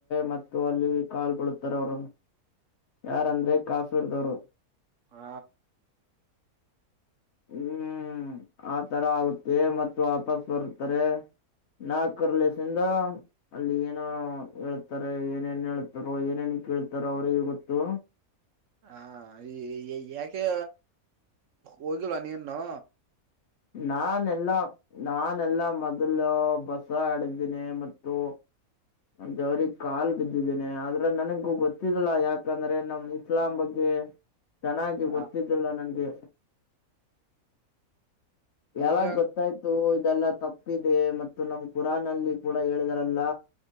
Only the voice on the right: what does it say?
ಹಾ
ಹಾ ಈ ಯಾಕೆ ಹೋಗಿಲ್ಲ ನೀನ್ನು
ಹ
ಈಗ